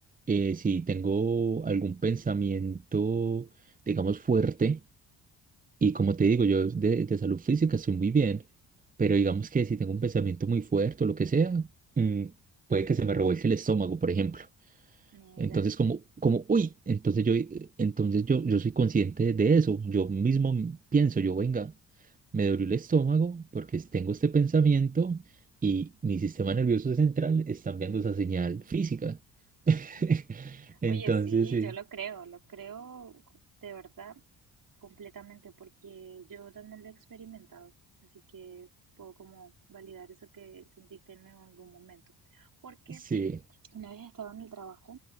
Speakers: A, on the right (about 15°); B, on the right (about 40°).
A: eh, si tengo algún pensamiento, digamos, fuerte, y como te digo, yo de, de salud física estoy muy bien, pero digamos que si tengo un pensamiento muy fuerte o lo que sea, mm, puede que se me revuelque el estómago, por ejemplo.
B: Mira,
A: Entonces, como, como, uy, entonces yo, entonces yo, yo soy consciente de eso. Yo mismo m- pienso, yo, venga, me dolió el estómago porque es- tengo este pensamiento y mi sistema nervioso central está enviando esa señal física. <laughs>
B: sí.
A: Entonces,
B: Oye, sí,
A: sí,
B: yo lo creo, lo creo de verdad completamente, porque yo también lo he experimentado. Así que puedo como validar eso que sentiste en algún momento. Porque
A: sí,
B: Una vez estaba en el trabajo,